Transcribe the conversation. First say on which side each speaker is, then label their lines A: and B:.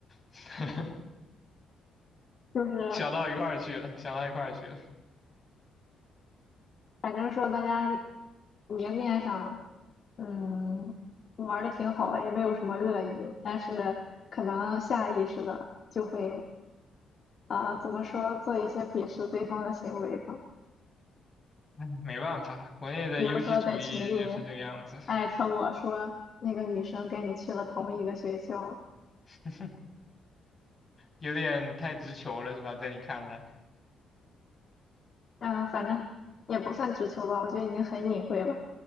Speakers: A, on the left; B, on the left.
A: <laughs>
B: 就是
A: 想到一块儿去了，想到一块儿去了。
B: 反正说大家明面上。嗯，玩的挺好，也没有什么恶意，但是可能下意识的就会啊、怎么说，做一些鄙视对方的行为吧。
A: 哎，没办法，国内的优绩主义就是这个样子，
B: 比如说在群里艾特我说那个女生跟你去了同一个学校，
A: <laughs> 有点太直球了，是吧？在你看来，
B: 嗯、反正也不算直球吧，我觉得已经很隐晦了，